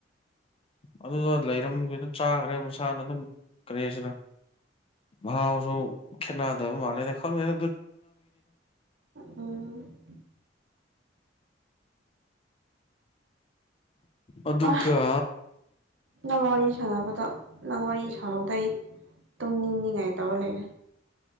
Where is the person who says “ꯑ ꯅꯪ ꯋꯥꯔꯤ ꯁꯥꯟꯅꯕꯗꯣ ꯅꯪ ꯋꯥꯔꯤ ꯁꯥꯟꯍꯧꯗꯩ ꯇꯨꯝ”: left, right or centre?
Right